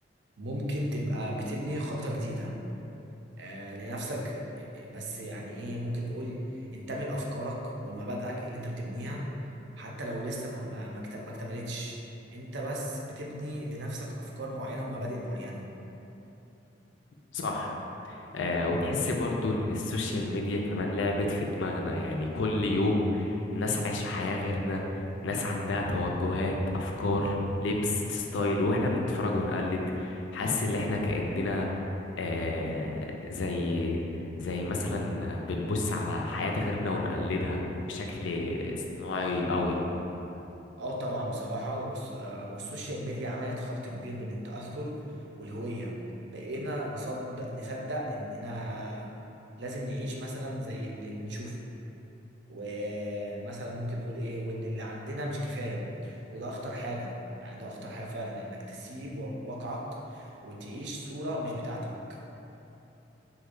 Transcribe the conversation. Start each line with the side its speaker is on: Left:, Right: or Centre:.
Right: ممكن تبقى بتبني خريطة جديدة آه لنفسك آه، آه، بس يعني إيه ممكن نقول انتمي لأفكارك ولمبادئك اللي أنت بتبنيها حتى لو لسه ما ما ما اكت- ما اكتملتش أنت بس بتبني لنفسك أفكار معينة ومبادئ معينة
Left: صح آه وتحس برضو ان السوشيال ميديا كمان لعبت في دماغنا يعني كل يوم ناس عايشة حياة غيرنا ناس عندها توجهات افكار لبس ستايل واحنا بنتفرج ونقلد حاسس ان احنا كأننا آه زي زي مثلا بنبص على حياة غيرنا ونقلدها بشكل صناعي قوي
Right: اه طبعا بصراحة والس- آه، والسوشيال ميديا عملت خلط كبير بين التأثر والهوية بقينا نصدق نصدق إننا لازم نعيش مثلا زي اللي بنشوفه ومثلا ممكن نقول إيه وإن اللي عندنا مش كفاية وده أخطر حاجة يعني ده أخطر حاجة فعلا إنك تسيب و- واقعك وتعيش صورة مش بتاعتك